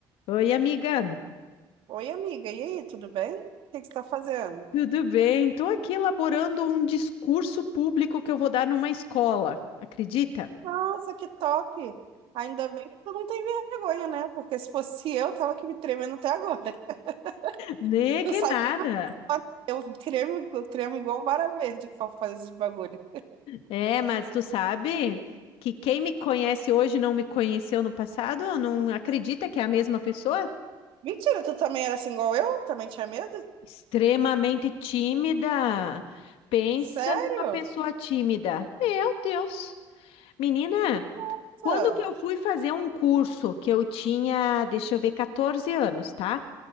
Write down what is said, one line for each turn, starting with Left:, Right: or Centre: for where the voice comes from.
Left: Oi, amiga,
Right: Oi, amiga, e aí, tudo bem? O que que você está fazendo?
Left: tudo bem? Estou aqui elaborando um discurso público que eu vou dar numa escola, acredita?
Right: Nossa, que top! Ainda bem que tu não tem vergonha, né? Porque se fosse eu, tava aqui me tremendo até agora. <laughs>
Left: Nem
Right: Tu
Left: que
Right: sabe,
Left: nada.
Right: eu tremo, eu tremo igual vara verde que for fazer esses bagulho.
Left: É, mas tu sabe que quem me conhece hoje não me conheceu no passado? Não acredita que é a mesma pessoa?
Right: Mentira, tu também era assim igual eu? Também tinha medo?
Left: Extremamente tímida. Pensa
Right: Sério?
Left: numa pessoa tímida. Meu Deus! Menina,
Right: Nossa!
Left: quando que eu fui fazer um curso que eu tinha, deixa eu ver, 14 anos, tá?